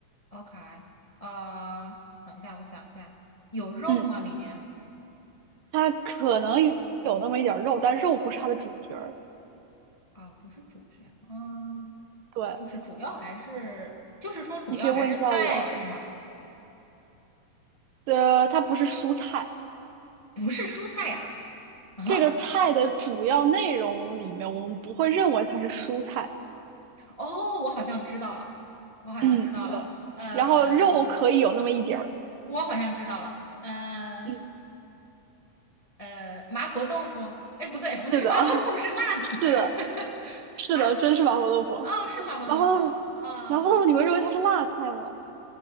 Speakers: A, on the left; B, on the right.
A: ？OK，呃，等一下，我想一下，有肉吗？
B: 嗯，
A: 里面
B: 它可能有那么一点儿肉，但肉不是它的主角儿。
A: 啊，不是主角，嗯，
B: 对。
A: 就是主要还是，就是说主要还是菜是吗？
B: 你可以问一下我的，它不是蔬菜。
A: 不是蔬菜呀、啊？
B: 这个菜的主要内容里面，我们不会认为它是蔬菜。
A: 哦，我好像知道了，我好像知道了，
B: 嗯，对，
A: 呃，
B: 然后肉可以有那么一点儿。
A: 我好像知道了，呃
B: 嗯，
A: 呃，麻婆豆腐，哎，不对不对，
B: 是的，
A: <laughs> 麻婆豆腐是辣的
B: 是的，
A: <laughs>
B: 是的，
A: 啊，
B: 真是麻婆豆腐。
A: 哦，是麻婆豆腐，
B: 麻婆豆腐，
A: 呃
B: 麻婆豆腐，你会认为它是辣菜吗？